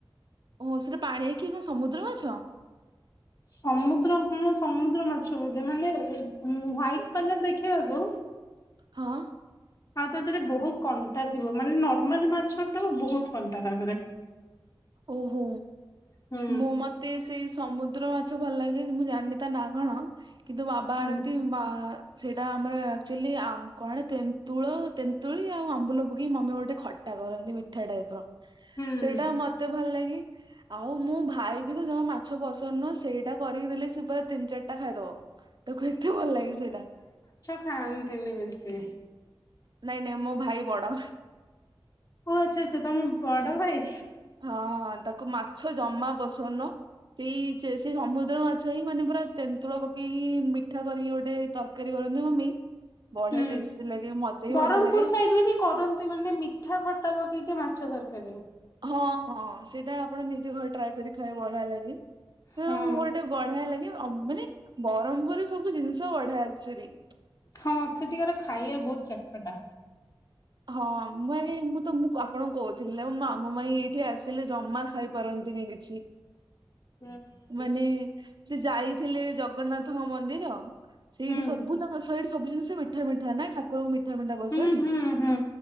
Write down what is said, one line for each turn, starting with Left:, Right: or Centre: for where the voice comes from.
Right: ଓ ସେଟା ପାଣି ଆଖିଆ କଣ ସମୁଦ୍ର ମାଛ?
Left: ସମୁଦ୍ର ହୁଁ ସମୁଦ୍ର ମାଛ ବୋଧେ ମାନେ ଉଁ ହୁୱାଟି କଲର ଦେଖିବାକୁ।
Right: ହଁ।
Left: ହଁ ତା ଦେହରେ ବହୁତ୍ କଣ୍ଟା ଥିବ ମାନେ ନର୍ମାଲି ମାଛଟୁ ବହୁତ୍ କଣ୍ଟା ତା ଦେହର।
Right: ଓହୋ
Left: ହୁଁ
Right: ମୋ ମ ତେ ସେଇ ସମୁଦ୍ର ମାଛ ଭଲ ଲାଗେ ମୁଁ ଜାଣିନି ତା ନା କଣ କିନ୍ତୁ ବାବା
Left: ହୁଁ
Right: ଆଣନ୍ତି। ବା। ସେଇଟା ଆମର ଆକ୍ଚୁଆଲି ଆମ୍ କଣ ତେନ୍ତୁଳ ତେନ୍ତୁଳି ଆଉ ଆମ୍ବୁଲ ପକେଇ ମମି ଗୋଟେ ଖଟ ଖଟା କରନ୍ତି ମିଠା ଟାଇପ୍ ର।
Left: ହୁଁ
Right: ସେଇଟା ମତେ ଭଲ ଲାଗେ ଆଉ ମୁଁ ଭାଇ କୁ ତ ଜମା ମାଛ ପସନ୍ଦ ନୁହଁ ସେଇଟା କରିକି ଦେଲେ ସେ ପୁରା ତିନ୍ ଚିରିଟା ଖାଇଦବ ତାକୁ ଏତେ ଭଲ ଲାଗେ ସେଇଟା।
Left: ଖାଆନ୍ତି ନି ବେଶୀ।
Right: ନାଇଁ ନାଇଁ ମୋ ଭାଇ ବଡ।
Left: ଓ ଆଚ୍ଛା ଆଚ୍ଛା ତମ ବଡ ଭାଇ।
Right: ହଁଁ ତାକୁ ମାଛ ଜମା ପସନ୍ଦ ନୁହଁ। ସେଇ ସେ ସମୁଦ୍ର ମାଛ ହିଁ ମାନେ ପୁରା ତେନ୍ତୁଳ ପକେଇକି ମିଠା କରିକି ଗୋଟେ ତ ତରକାରି କରନ୍ତି ମମି। ବଢିଆ
Left: ହୁଁ,
Right: ଟେଷ୍ଟି ଲାଗେ ମତେ ବି
Left: ବରହମପୁର
Right: ବଢିଆ ଲାଗେ।
Left: ସାଇଟ୍ ରେ ବି କରନ୍ତି ମାନେ ମିଠା ଖଟା ପକେଇ କି ମାଛ ତରକାରୀ।
Right: ହଁ ହଁ ସେଇଟା ଆପଣ ନିଜେ ଘରେ ଟ୍ରାଏ କରି ଖାଇବେ ବଢିଆ ଲାଗେ। ହଁଁ
Left: ହଁ
Right: ଗୋଟେ ବଢିଆ ଲାଗେ ଅ ମାନେ ବରହମପୁରରେ ସବୁ ଜିନିଷ ତ ବଢିଆ ଆକ୍ଚୁଆଲି ତ
Left: ହଁ ସେଠିକାର ଖାଇବା ବହୁତ ଚଟପଟା।
Right: ହଁ ମୁଁ ଆଗେ ମୁଁ ତମ ଆପଣଙ୍କୁ କହୁଥିଲି ନା ମାମୁଁ ମାଇଁ ଏଠିକି ଆସିଲେ ଜମା ଖାଇପାରନ୍ତିନି କିଛି,
Left: ହୁଁ।
Right: ମାନେ ସେ ଯାଇଥିଲେ ଜଗନ୍ନାଥଙ୍କ ମନ୍ଦିର, ସେଇଠି
Left: ହୁଁ
Right: ସବୁ ତାଙ୍କ ସେଠି ସବୁ ଜିନିଷ ମି ମିଠା, ମିଠା ନା ଠାକୁରଙ୍କୁ ମିଠା, ମିଠା ପସନ୍ଦ।
Left: ହୁଁ ହୁଁ ହୁଁ।